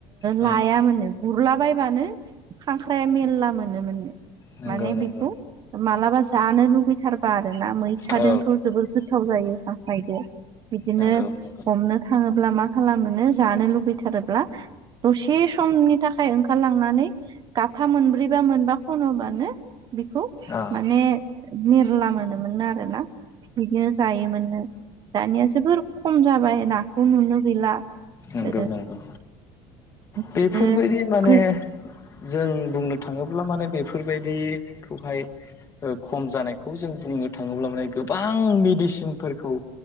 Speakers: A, on the left; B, on the right.
A: औ
B: लाय मोनोननो गुरलाबायबानो खांख्राया मेर्ला मोनोमोन
A: नंगौ
B: माने
A: नंगौ
B: बेखौ मा्लाबा जानो लुुबैथारबा आरो ना मैथाजोंखौ
A: औ
B: जोबोद गोथाव जायो आांखायदो बिदिनो
A: नंगौ नंगौ
B: हमनो थाङोब्ला मा खालामो जानो लुुबैथारोब्ला दसे समनि थाखाय ओंखारलांनानै गाथा मोनब्रैबा मोनबा खन'बानो बेखौ
A: औ
B: माने मेरला मोनोमोननो आरोना बिदिनो जायोमोननो दानिया जोबोर खम जाबाय नाखौ नुनो गैला
A: नंगौ
B: ओ
A: नंगौ
B: बिदिनो
A: बेफोरबायदि माने
B: गै
A: जों बुंनो थाङोब्ला माने बेफोरबायदिखौहाय खम जानायखौ जों दिनैनो थाङोब्ला माने गोबां मेडिसिनफोरखौ